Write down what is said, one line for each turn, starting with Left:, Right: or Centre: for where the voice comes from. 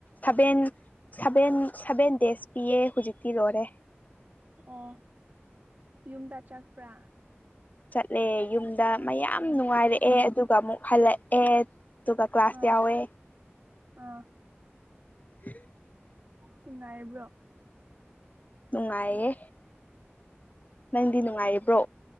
Left: ꯁꯚꯦꯟ ꯁꯚꯦꯟ ꯁꯚꯦꯟ ꯗꯦꯖ ꯄꯤꯌꯦ ꯍꯧꯖꯤꯛꯇꯤ ꯂꯣꯏꯔꯦ
Right: ꯑꯣ ꯌꯨꯝꯗ ꯆꯠꯄ꯭ꯔ
Left: ꯆꯠꯂꯦ ꯌꯨꯝꯗ ꯃꯌꯥꯝ
Right: ꯎꯝ
Left: ꯅꯨꯡꯉꯥꯏꯔꯛꯑꯦ ꯑꯗꯨꯒ ꯑꯃꯨꯛ ꯍꯜꯂꯛꯑꯦ ꯑꯗꯨꯒ ꯀ꯭ꯂꯥꯁ
Right: ꯑꯥ
Left: ꯌꯥꯎꯋꯦ
Right: ꯑꯥ
Left: <inaudible>
Right: ꯅꯨꯡꯉꯥꯏꯔꯤꯕ꯭ꯔꯣ
Left: ꯅꯨꯡꯉꯥꯏꯌꯦ ꯅꯪꯗꯤ ꯅꯨꯡꯉꯥꯏꯔꯤꯕ꯭ꯔꯣ꯫